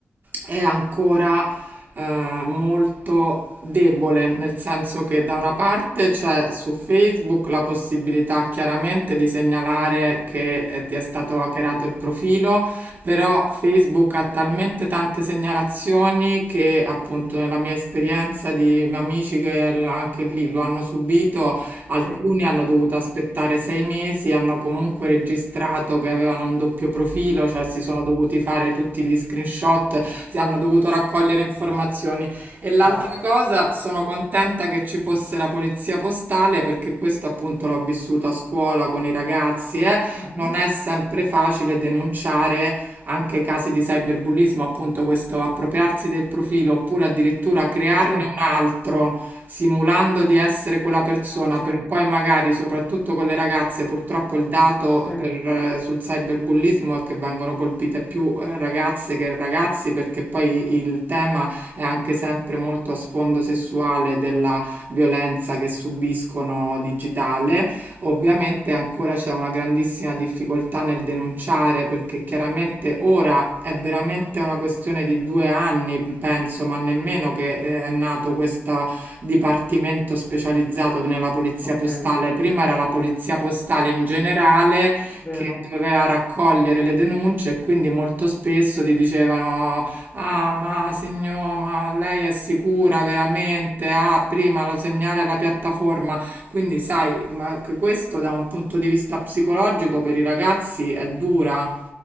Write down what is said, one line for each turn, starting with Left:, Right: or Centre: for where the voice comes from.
Right: è ancora eh, molto debole, nel senso che da una parte c'è su Facebook la possibilità chiaramente di segnalare che eh, ti è stato hackerato il profilo, però Facebook ha talmente tante segnalazioni che appunto nella mia esperienza di amici che l- anche lì lo hanno subito, alcuni
Left: sì,
Right: hanno dovuto aspettare sei mesi, hanno comunque registrato che avevano un doppio profilo, cioè si sono dovuti fare tutti gli screenshot si hanno dovuto raccogliere informazioni. E l'altra
Left: dai.
Right: cosa, sono contenta che ci fosse la polizia postale perché questo appunto l'ho vissuto a scuola con i ragazzi, eh.
Left: Mhm.
Right: Non è sempre facile denunciare anche casi di cyberbullismo, appunto questo appropriarsi del profilo oppure addirittura crearne
Left: Sì,
Right: un altro simulando di essere quella persona
Left: sì,
Right: per poi magari, soprattutto con le ragazze, purtroppo il dato
Left: sì,
Right: per, eh, sul cyberbullismo è che vengono colpite più eh, ragazze che ragazzi perché poi il tema è anche sempre molto a sfondo sessuale della violenza che subiscono digitale. Ovviamente ancora c'è una grandissima difficoltà nel denunciare perché chiaramente ora è veramente una questione di due anni, penso, ma nemmeno che eh, è nato questa dipartimento specializzato nella polizia
Left: ok,
Right: postale. Prima era la polizia postale in generale
Left: vero.
Right: che doveva raccogliere le denunce e quindi molto spesso ti dicevano: Ah, ma signor, ma lei è sicura veramente? Ah, prima lo segnali alla piattaforma. Quindi, sai, ma anche questo da un punto di vista psicologico per i ragazzi è dura.